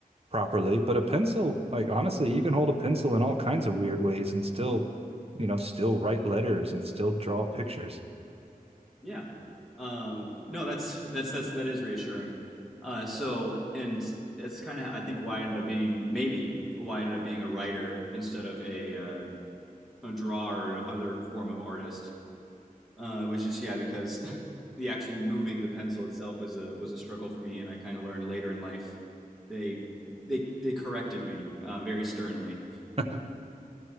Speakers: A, on the right; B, in the centre.
A: properly, but a pencil, like honestly, you can hold a pencil in all kinds of weird ways and still, you know, still write letters and still draw pictures.
B: Yeah. Um, no, that's that's that's that is reassuring. Uh, so, and it's kind of I think why I ended up being maybe why I ended up being a writer instead of a uh, a drawer or another form of artist uh, was just yeah because <laughs> the actually moving the pencil itself was a was a struggle for me, and I kind of learned later in life they they they corrected me uh, very sternly
A: <laughs>